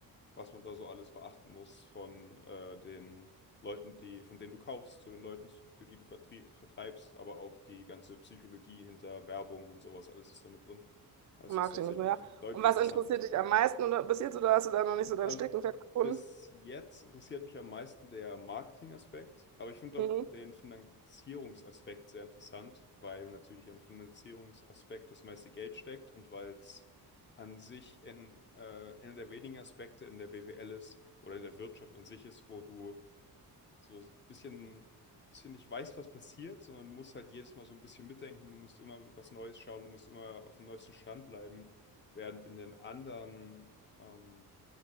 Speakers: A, on the left; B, on the right.
A: was man da so alles beachten muss von äh, den Leuten, die, von denen du kaufst, zu den Leuten, für die du vertrie- vertreibst, aber auch die ganze Psychologie hinter Werbung und sowas, alles ist da mit drin. Also
B: Marketing
A: es ist tatsächlich
B: und so, ja.
A: deutlich
B: Und was
A: interessanter,
B: interessiert
A: als man
B: dich
A: denkt.
B: am meisten oder bis jetzt oder hast du da noch nicht so dein
A: Also
B: Steckenpferd gefunden?
A: bis jetzt interessiert mich am meisten der Marketingaspekt, aber ich finde
B: Mhm.
A: auch den Finanzierungsaspekt sehr interessant, weil natürlich am Finanzierungsaspekt das meiste Geld steckt und weil es an sich in, äh, einer der wenigen Aspekte in der BWL ist oder in der Wirtschaft an sich ist, wo du so ein bisschen, bisschen nicht weißt, was passiert, sondern du musst halt jedes Mal so ein bisschen mitdenken, du musst immer was Neues schauen, du musst immer auf dem neuesten Stand bleiben, während in den anderen ähm,